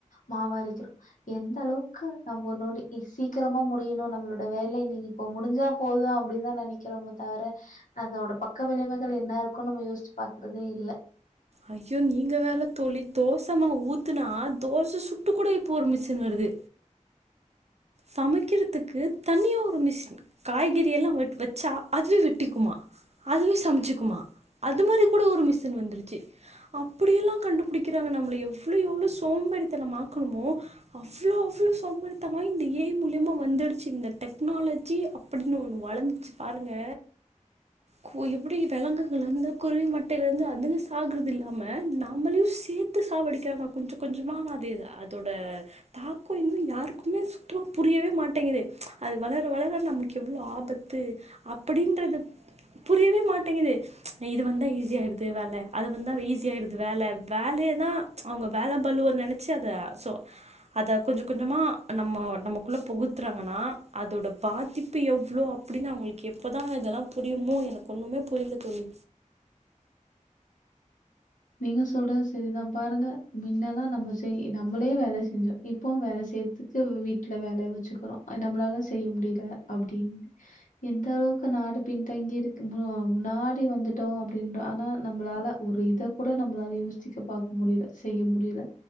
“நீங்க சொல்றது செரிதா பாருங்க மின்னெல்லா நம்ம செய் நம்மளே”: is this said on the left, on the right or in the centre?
Left